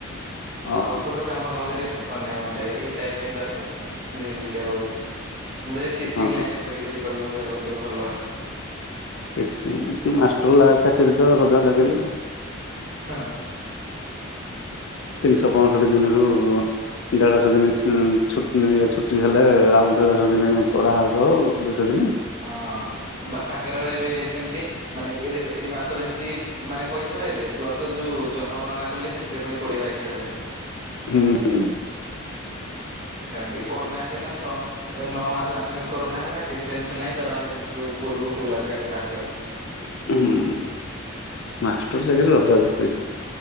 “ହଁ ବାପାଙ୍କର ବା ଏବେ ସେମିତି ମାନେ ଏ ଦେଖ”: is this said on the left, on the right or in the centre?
Right